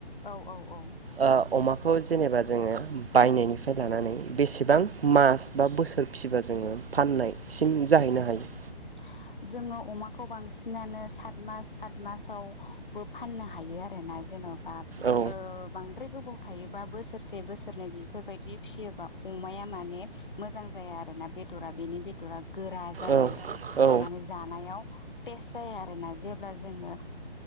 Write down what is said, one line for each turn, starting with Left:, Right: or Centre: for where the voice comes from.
Left: औ औ औ
Right: ओ अमाखौ जेनेबा जोङो बायनायनिफ्राय लानानै बेसेबां मास बा बोसोर फिसिबा जों जोङो फाननायसिम जाहैनो हायो।
Left: । <inaudible> जोङो अमाखौ बांसिनानो सात मास आठ मासावबो फाननो हायो आरोना जोङो बा ओ
Right: औ
Left: बांद्राय गोबाव थायोबा बोसोरसे बोसोरनै बेफोरबायदि फिसियोबा अमाया माने मोजां जाया आरोना बे दरा बेनि बेदरा गोरा जायो।
Right: औ औ
Left: माने जानायाव थेस्थ जाया आरोना जेब्ला जोङो